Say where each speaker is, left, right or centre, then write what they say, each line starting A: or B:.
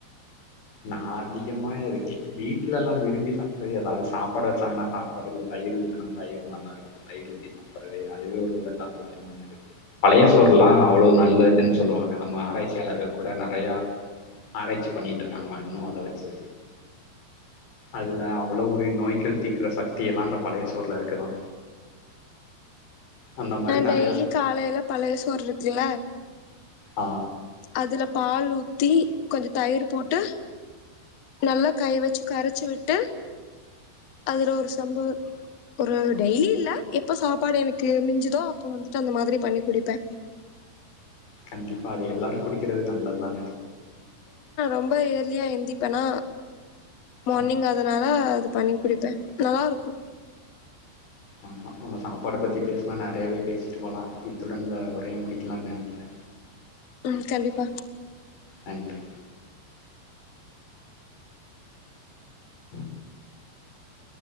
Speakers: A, on the left; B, on the left.
A: நா அதிகமா இருக்கு வீட்லலா விரும்பி சாப்ட்டது ஏதாவது சாப்பாடு வெச்சாங்கன்னா சாப்பாடு இல்ல தயிர் ஊத்தனு தயிர் நல்லா இருக்கு தயிர் ஊத்தி சாப்புறதே அதுவே ஒரு உடல் ஆரோக்கியமானது பழைய
B: ம்
A: சோறுல்லா அவ்வளவு நல்லதுன்னு சொல்லுவாங்க நம்ம ஆராய்ச்சியாளர்கள் கூட நறையா ஆராய்ச்சி பண்ணி ட்ருக்காங்களா இன்னு அத வெச்சி அதுல அவ்வளோ பெரிய நோய்கள் தீக்குற சக்தி எல்லா அந்த பழையசோறுல இருக்குதா அந்த மாரி
B: நா
A: நெறைய
B: டெய்லி
A: சொல்
B: காலையில பழய சோறு இருக்குல
A: ஆ
B: அதுல பால் ஊத்தி கொஞ்ச தயிர் போட்டு நல்லா கைய வெச்சு கரைச்சு விட்டு அதுல ஒரு சொம்பு ஒரு டெய்லி இல்ல எப்ப சாப்பாடு எனக்கு மிஞ்சுதோ அப்போ வந்துட்டு அந்த மாதிரி பண்ணி குடிப்பே
A: கண்டிப்பா அது எல்லாரு குடிக்கிறது நல்லதுதான
B: ரொம்ப ஏர்லியா இப்ப நா மார்னிங்
A: ஆ
B: அதனால அது பண்ணி குடிப்பே நல்லா இருக்கோ
A: ஆமா நம்ம சாப்பாட பத்தி பேசுனா நறையவே பேசிட்டு போலா இத்துடன் இந்த உரைய முடிக்கலான்னு நெனைக்கிற
B: ம் கண்டிப்பா
A: நன்றி